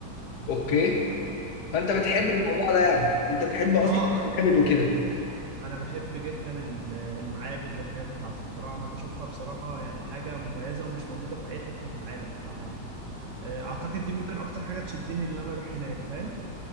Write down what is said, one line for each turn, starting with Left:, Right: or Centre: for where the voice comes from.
Left: اوكي فانت بتحب الموضوع ده يعني انت بتحب اصلا
Right: اه
Left: المعابد وكده
Right: انا بحب جدا ال- المعابد والحاجات بتاعه الفراعنه بشوفها بصراحه يعني حاجه مميزه ومش موجوده في اي حته في العالم فاعتقد دي ممكن اكتر حاجه تشدني ان انا اروح هناك فاهم